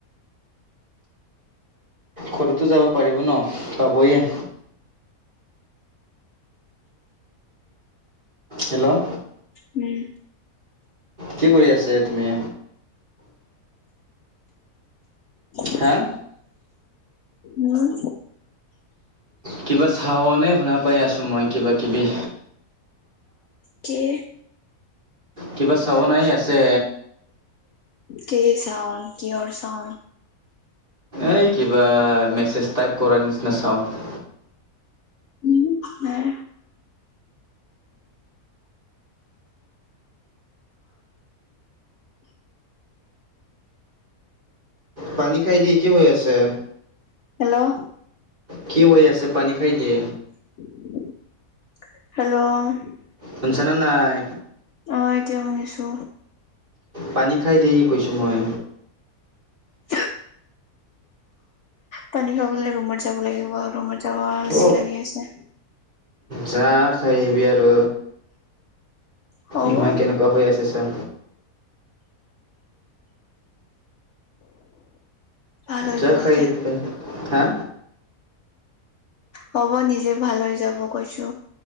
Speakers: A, on the right (about 35°); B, on the left (about 65°).
A: ঘৰতো যাব পাৰিব ন পাবয়ে', হেল্ল',
B: উম',
A: কি কৰি আছে তুমি?
B: উম',
A: হা',
B: হুম',
A: কিবা চাওনে শুনা পাই আছোঁ মই কিবা-কিবি',
B: কি?
A: কিবা চাৱন আহি আছে?
B: কি ছাউণ্ড? কিহৰ ছাউণ্ড?
A: এই কিবা মেছেজ টাইপ কৰাৰ নিচিনা ছাউণ্ড।
B: উম নাই।
A: পানী খাই দি কি হৈ আছে?
B: হেল্ল'!
A: কি হৈ আছে? পানী খাই দে।
B: হেল্ল'!
A: শুনছানে নাই?
B: অঁ এতিয়া শুনিছো।
A: পানী খাই দি কৈছোঁ মই।
B: থো, পানী খাব গলে ৰুমত যাব লাগিব, ৰুম যাব আলচি
A: অ'
B: লাগি আছে।
A: যা খাই আহিবি আৰু
B: হ'ব
A: ইমান কেনেকুৱা হৈ আছে ছা?
B: ভাল হৈ
A: যা
B: গ'ল
A: খাই
B: এতিয়া।
A: আহিবি পানী। হা?
B: হ'ব নিজে ভাল হৈ যাব কৈছো।